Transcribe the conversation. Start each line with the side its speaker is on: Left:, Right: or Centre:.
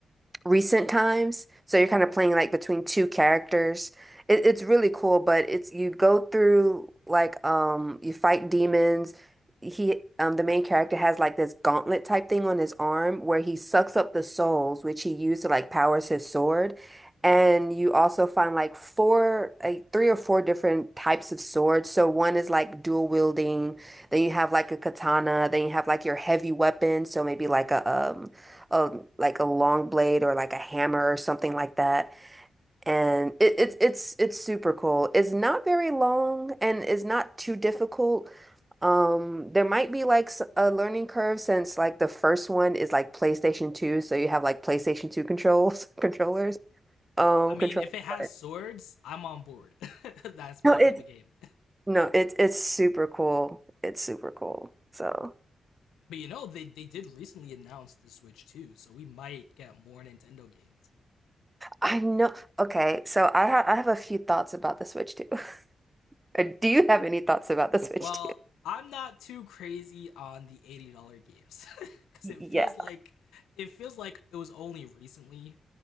Right: recent times. So you're kind of playing like between two characters. It, it's really cool, but it's you go through like um you fight demons. He um the main character has like this gauntlet type thing on his arm where he sucks up the souls, which he used to like powers his sword. And you also find like four, like three or four different types of swords. So one is like dual wielding, then you have like a katana, then you have like your heavy weapon, so maybe like a um a like a long blade or like a hammer or something like that. And it, it's it's it's super cool. It's not very long and it's not too difficult. Um, there might be like s- a learning curve since like the first one is like PlayStation 2, so you have like PlayStation 2 controls <laughs> controllers um
Left: I mean,
Right: control.
Left: if it has
Right: But
Left: swords, I'm on board. <laughs> That's my
Right: no, it's
Left: type of game.
Right: no, it's it's super cool. It's super cool. So
Left: But you know, they they did recently announce the Switch too, so we might get more Nintendo games.
Right: I know. Okay, so I have I have a few thoughts about the Switch too. <laughs> Do you have any thoughts about the Switch
Left: Well, I'm not too crazy on the $80 games cuz
Right: Yeah,
Left: <laughs> it feels like it feels like it was only recently